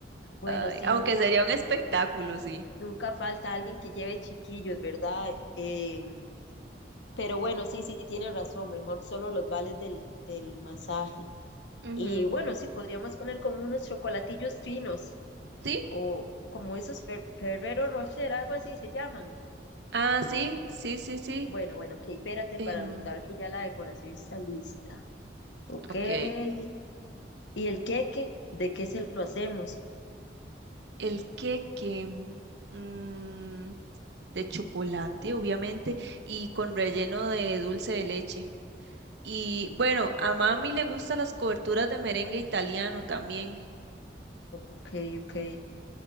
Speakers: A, on the left (about 85°); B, on the right (about 70°).
A: Bueno,
B: Ay,
A: sí,
B: aunque
A: nunca,
B: sería un espectáculo, sí.
A: nunca falta alguien que lleve chiquillos, ¿verdad? Em, pero bueno, sí, sí, tiene razón, mejor solo los vales del, del masaje.
B: Ujú.
A: Y bueno, sí, podríamos poner como unos chocolatillos finos
B: ¿Sí?
A: o o como esos Fer- Ferrero Rocher, algo así se llaman.
B: Ah, sí, sí, sí, sí.
A: Bueno, bueno, ok, espérate
B: Em,
A: para notar que ya la decoración está lista. Ok.
B: ok.
A: ¿Y el queque? ¿De qué se lo hacemos?
B: El queque mm, de chocolate, obviamente, y con relleno de dulce de leche. Y bueno, a mami le gustan las coberturas de merengue italiano también.
A: Ok, ok.